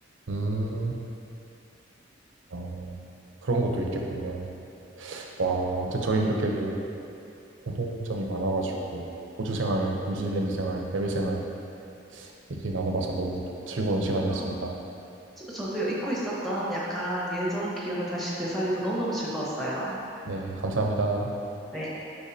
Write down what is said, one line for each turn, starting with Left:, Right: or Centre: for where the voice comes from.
Right: 음, 어, 그런 것도 있겠군요. 와, 아무튼 저희 이렇게 또 공통점이 많아가지고, 호주 생활, 뉴질랜드 생활, 해외 생활 얘기 나눠봐서 너무 또 즐거운 시간이었습니다.
Centre: 어, 저, 저도 잊고 있었던 약간 예전 기억을 다시 되살리고 너무너무 즐거웠어요.
Right: 네, 감사합니다.
Centre: 네.